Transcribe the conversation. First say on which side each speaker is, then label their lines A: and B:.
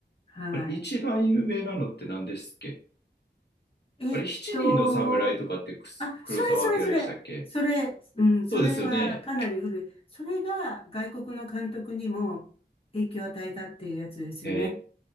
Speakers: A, on the left; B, on the left.
A: はい。
B: あれ、一番有名なのって何ですっけ
A: えっと、
B: あれ、七人の侍とかってくす黒澤明でしたっけ
A: あ、それそれそれ、それ、うん、それはかなり古い。
B: そうですよね。
A: それが外国の監督にも影響を与えたっていうやつですよね。
B: え